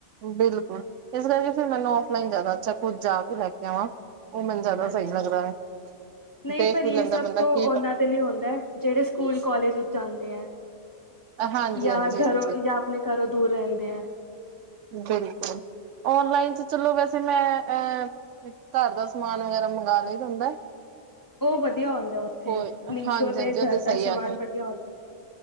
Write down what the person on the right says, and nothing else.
ਬਿਲਕੁਲ ਇਸ ਕਰਕੇ ਫਿਰ ਮੈਨੂੰ ਓਫਲਾਈਨ ਜ਼ਿਆਦਾ ਅੱਛਾ ਖੁਦ ਜਾ ਕੇ ਲੈ ਕੇ ਆਵਾਂ ਉਹ ਮੈਨੂੰ ਜ਼ਿਆਦਾ
ਸਹੀ ਲੱਗਦਾ ਹੈ।
ਦੇਖ
ਵੀ
ਲੈਂਦਾ
ਬੰਦਾ
ਕੀ
ਕੱਪੜੇ,
ਹਾਂਜੀ
ਹਾਂਜੀ
ਹਾਂਜੀ
ਬਿਲਕੁਲ ਔਨਲਾਈਨ ਤ ਚਲੋ ਵੈਸੇ ਮੈਂ ਅਹ ਘਰ ਦਾ ਸਮਾਨ ਵਗੈਰਾ ਮੰਗਵਾ ਲਈਏ ਦਾ ਹੁੰਦਾ।
ਕੋਈ
ਹਾਂਜੀ
ਹਾਂਜੀ
ਉਹ ਸਹੀ
ਆ